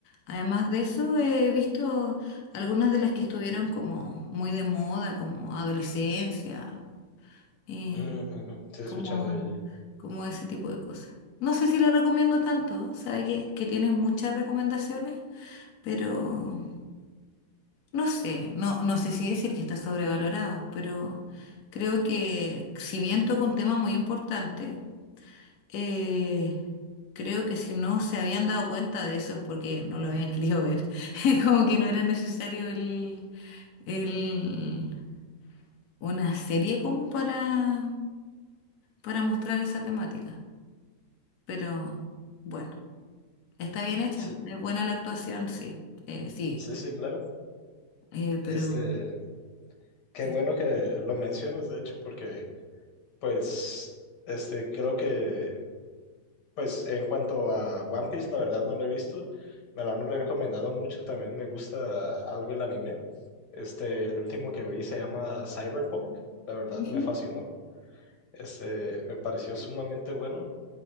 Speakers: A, on the left; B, on the left.
A: además de eso, he visto algunas de las que estuvieron como muy de moda, como adolescencia. y
B: Mm, ujú, Sí, he
A: como,
B: escuchado de ella.
A: como ese tipo de cosas. No sé si la recomiendo tanto, sabe que, que tiene muchas recomendaciones, pero no sé, no, no sé si decir que está sobrevalorada, pero creo que si bien toca un tema muy importante, eh, creo que si no se habían dado cuenta de eso es porque no lo habían querido ver, <laughs> como que no era necesario el, el, una serie como para, para mostrar esa temática, pero bueno. Está bien hecha,
B: Sí,
A: es buena la actuación, sí, eh, sí,
B: sí, sí, claro.
A: eh, pero...
B: Este, qué
A: es-
B: bueno que lo mencionas, de hecho, porque, pues, este, creo que, pues, en cuanto a One Piece, la verdad no lo he visto. Me lo han recomendado mucho, también me gusta algo el anime. Este, el último que vi se llama Cyberpunk, la verdad
A: Ujú.
B: me fascinó. Este, me pareció sumamente bueno.